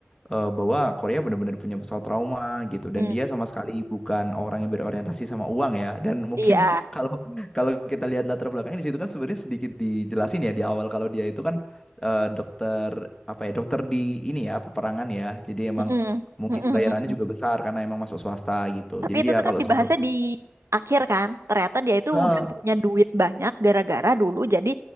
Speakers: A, on the left; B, on the right.
A: eh, bahwa Korea benar-benar punya pesawat trauma gitu
B: Hmm,
A: dan dia sama sekali bukan orang yang berorientasi sama uang ya dan mungkin
B: iya.
A: <laughs> kalau kalau kita lihat latar belakangnya di situ kan sebenarnya sedikit dijelasin ya di awal kalau dia itu kan eh, dokter apa ya dokter di ini ya peperangan ya jadi emang
B: Mm-mm.
A: mungkin
B: Mm-mm,
A: bayarannya
B: mm-mm.
A: juga besar karena emang masuk swasta gitu
B: Tapi
A: jadi
B: itu
A: dia
B: tuh
A: kalau
B: kan dibahasnya
A: soal
B: di akhir kan. Ternyata dia itu
A: Heeh,
B: udah punya duit banyak gara-gara dulu jadi